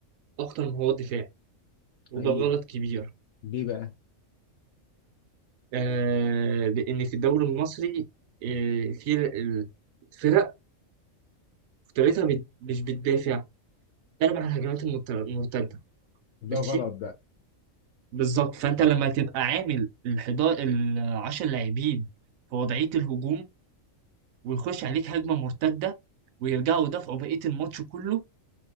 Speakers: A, on the right; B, on the left.
A: أكتر ما هو دفاعي وده
B: حقيقي
A: غلط كبير
B: ليه بقى
A: آه لأن في الدوري المصري آه في ال- الفرق أكتريتها بت- مش بتدافع بتلعب على الهجمات المت- المرتدة
B: ده
A: ماشي
B: غلط بقى
A: بالظبط فأنت لما تبقى عامل الحداشر العشر لاعبين في وضعية الهجوم ويخش عليك هجمة مرتدة ويرجعوا يدافعوا بقية الماتش كله